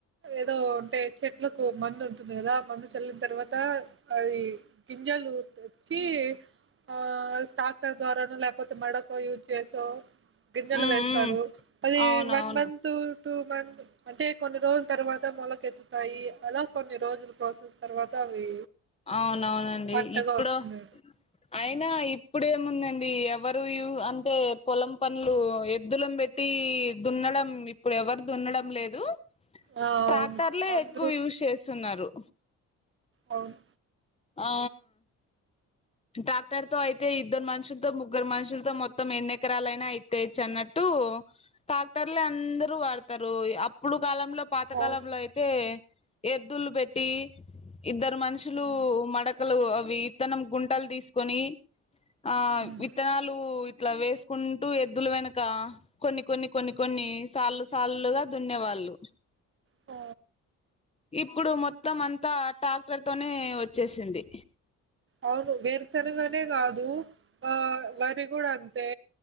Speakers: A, on the right; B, on the left.
A: ఏదో అంటే చెట్లకు మందు ఉంటుంది కదా మందు చల్లిన తర్వాత అది గింజాలు తెచ్చి ఆ ట్రాక్టర్ ద్వారాను లేకపోతే మడక యూజ్ చేసో గింజలు
B: ఉమ్
A: వేస్తారు
B: ఉమ్
A: అది
B: అవునవును
A: వన్ మంత్ టూ మంత్ అంటే కొన్ని రోజుల తర్వాత మొలకెత్తుతాయి అలా కొన్ని రోజులు ప్రాసెస్ తర్వాత అవి
B: అవునవునండి
A: పంటగా
B: ఇప్పుడు
A: వస్తుంది
B: అయినా ఇప్పుడేముందండి ఎవరు అంటే పొలం పనులు ఎద్దులం పెట్టి దున్నడం ఇప్పుడు ఎవరు దున్నడం లేదు
A: ఆ
B: ట్రాక్టర్
A: అవును
B: లో
A: అందరూ
B: ఎక్కువ యూస్ చేసి తున్నారు
A: అవను
B: ఆ ట్రాక్టర్ తో అయితే ఇద్దరు మనుషులతో ముగ్గురు మనుషులతో మొత్తం ఎన్నిెకరాలయినా అయితేచ్చు అన్నట్టు డాక్టర్లే అందరుూ వాడతారు అప్పుడు కాలంలో పాతకాలంలో
A: అవును
B: అయితే ఎద్దులు పెట్టి ఇద్దరు మనుషులు
A: ఉమ్
B: మడ అవి ఇతనం గుంట బట్టలు తీసుకొని ఆ
A: ఉమ్
B: విత్తనాలు ఇట్లా వేసుకుంటూ ఎద్దులు వెనక కొన్ని కొన్ని కొన్ని కొన్ని సాల్లు సాల్లుగా దున్నేవాళ్ళు
A: ఓ
B: ఇప్పుడు మొత్తం అంతా ట్రాక్టర్ తోని నే వచ్చేసింది
A: అవును వేరుశనగ గానే కాదు ఆ వరీ గుడ్ అన్ తే